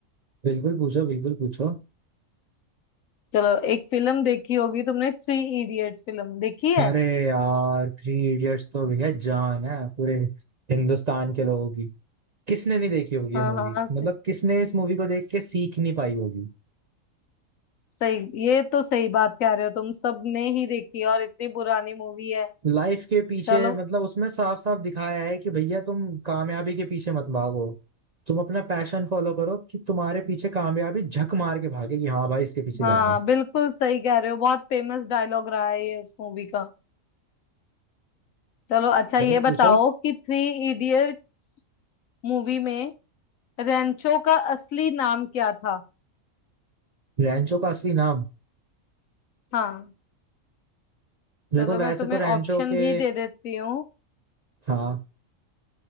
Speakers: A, on the right; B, on the left.
A: बिल्कुल पूछो बिल्कुल पूछो
B: चलो एक फिल्म देखी होगी तुमने थ्री इडियट्स फिल्म देखी है
A: अरे यार थ्री इडियट्स तो भैया जान है पूरे हिंदुस्तान के लोगों किसने नहीं देखी होगी
B: हाँ
A: ये मूवी
B: हाँ सही
A: मतलब किसने इस मूवी को देख के सीख नहीं पाई होगी
B: सही ये तो सही बात कह रहे हो तुम सबने ही देखी है और इतनी पुरानी मूवी है
A: लाइफ के पीछे
B: चलो
A: मतलब उसमें साफ साफ दिखाया है कि भैया तुम कामयाबी के पीछे मत भागो तुम अपना पैशन फॉलो करो कि तुम्हारे पीछे कामयाबी झक मार के भागे कि हाँ भाई इसके पीछे
B: हाँ
A: जाना है।
B: बिल्कुल सही कह रहे हो बहुत फेमस डायलॉग रहा है ये उस मूवी का चलो अच्छा
A: चलो
B: ये बताओ
A: पूछो
B: कि थ्री इडियट मूवी में रेंचो का असली नाम क्या था
A: रैंचो का असली नाम
B: हाँ
A: देखो
B: चलो
A: वैसे
B: मैं तुम्हें
A: तो रैंचो
B: ऑप्शन
A: के
B: भी दे देती हूँ
A: हाँ